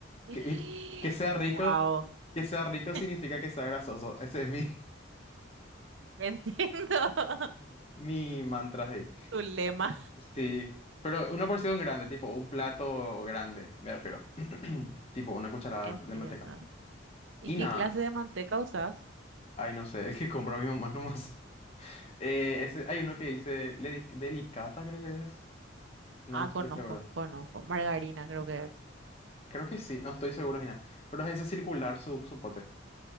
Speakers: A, on the right (about 70°); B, on the left (about 30°).
A: <gasps>
B: que, que sea rico,
A: Wow.
B: que sea rico
A: <laughs>
B: significa que sea grasoso. <laughs> Ese es mi,
A: Entiendo <laughs>
B: <laughs> mi mantra ahí.
A: tu lema.
B: Sí, pero una porción grande, tipo, un plato grande, me refiero. <clears throat> Tipo, una cucharada
A: Entiendo.
B: de manteca.
A: ¿Y
B: Y
A: qué
B: nada,
A: clase de manteca usas?
B: ay, no sé, <laughs> es que compro a mi mamá nomás. Eh, ese, hay uno que dice, ledi- delicata creo que es. No
A: Ah,
B: estoy
A: conozco,
B: seguro.
A: conozco. Margarina creo que es.
B: Creo que sí, no estoy seguro, Gina. Pero es ese circular su, su pote.